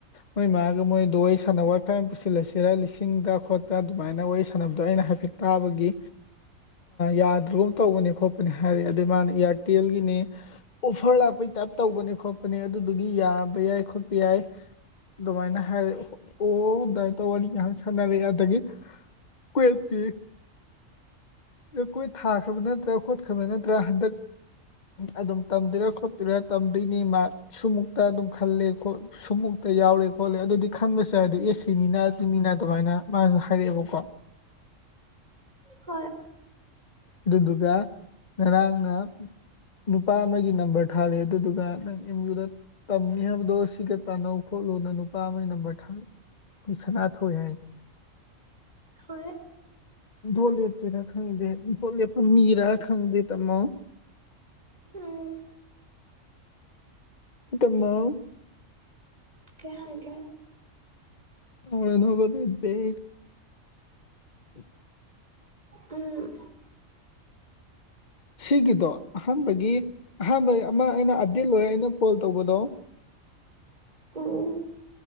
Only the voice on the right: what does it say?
ꯍꯣꯏ
ꯍꯣꯏ
ꯎꯝ
ꯀꯍꯒꯦ
ꯎ
ꯎꯝ